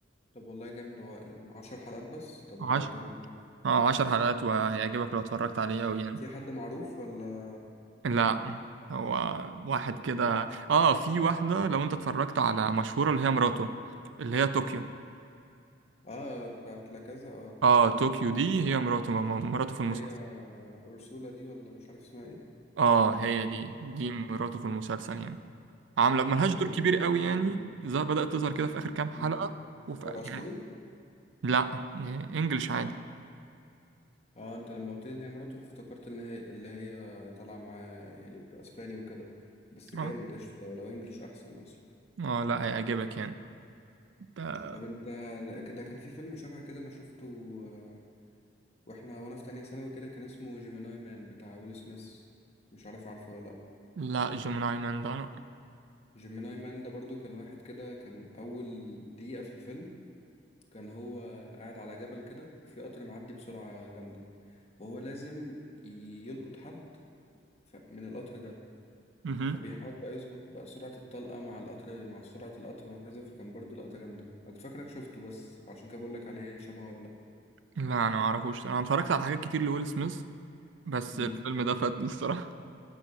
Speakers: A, on the left; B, on the right.
A: طب والله جامد هو 10 حلقات بس طب
B: 10
A: ده جامد
B: اه 10 حلقات وهيعجبك لو اتفرجت عليه قوي يعني
A: في حد معروف ولا
B: لا هو واحد كده اه في واحدة لو انت اتفرجت على مشهورة اللي هي مراته اللي هي طوكيو
A: اه بتاعت لا كذا اه
B: اه طوكيو دي هي مراته م- مراته في المسلسل
A: اللي هي أورسولا دي ولا مش عارف اسمها ايه
B: اه هي دي دي مراته في المسلسل يعني عاملة ملهاش
A: طب والله
B: دور كبير قوي يعني
A: فكرة جميلة.
B: ز- بدأت تظهر كده في آخر كام حلقة
A: مم.
B: وفي يعني
A: هو اسباني
B: لا انجلش عادي
A: اه انت لما قلت لي ان هي مراته فافتكرت ان هي اللي هي طالعه معاه يعني في اسباني وكده بس جامد
B: اه
A: قشطه لو لو انجلش احسن اصلا
B: اه لا هيعجبك يعني ده-
A: طب انت كده كان في فيلم شبه كده انا شفته آه، واحنا وانا في تانية ثانوي كده كان اسمه جيميناي مان بتاع ويل سميث مش عارف عارفه ولا لا
B: لا جيميناي مان ده لا
A: جيميناي مان ده برضو كان واحد كده كان اول دقيقة في الفيلم كان هو قاعد على جبل كده وفي قطر معدي بسرعة جامدة وهو لازم يلقط حد ف- من القطر ده
B: مهم.
A: فبيحاول بقى يظبط بقى سرعة الطلقة مع القطر مع سرعة القطر وهكذا فكان برضو لقطة جامدة أنا كنت فاكرك شفته بس عشان كده بقول لك عليه شبهه ولا لأ
B: لا انا ما اعرفوش انا اتفرجت على حاجات كتير لويل سميث بس
A: مم.
B: الفيلم ده فاتني الصراحة